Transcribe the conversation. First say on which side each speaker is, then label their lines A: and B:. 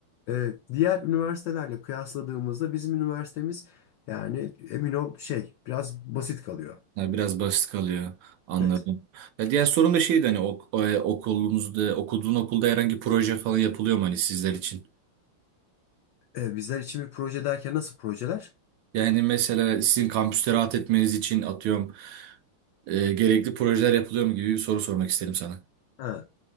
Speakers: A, on the left; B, on the right.
A: e, diğer üniversitelerle kıyasladığımızda bizim üniversitemiz yani emin ol şey biraz basit kalıyor.
B: Ya biraz basit kalıyor. Anladım.
A: Evet.
B: Ya diğer sorum da şeydi hani ok- e, okulunuzda okuduğun okulda herhangi proje falan yapılıyor mu hani sizler için?
A: E, bizler için bir proje derken nasıl projeler?
B: Yani mesela sizin kampüste rahat etmeniz için atıyorum e, gerekli projeler yapılıyor mu gibi bir soru sormak istedim sana.
A: Ha.